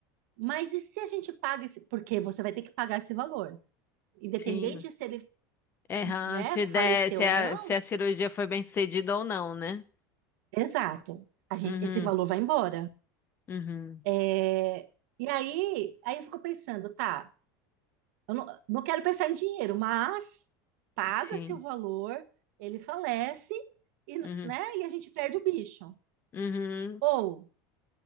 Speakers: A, on the right; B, on the left.
A: Mas e se a gente paga esse? Porque você vai ter que pagar esse valor. Independente
B: Sim.
A: se ele,
B: É,
A: né,
B: aham, se
A: faleceu
B: der, se a,
A: ou não,
B: se a cirurgia foi bem sucedida ou não, né?
A: exato. A gente,
B: Uhum,
A: esse valor vai embora.
B: uhum,
A: É, e aí, aí eu fico pensando, tá, Eu não, não quero pensar em dinheiro, mas paga-se
B: sim.
A: o valor, ele falece e, né,
B: Uhum,
A: e a gente perde o bicho.
B: uhum,
A: Ou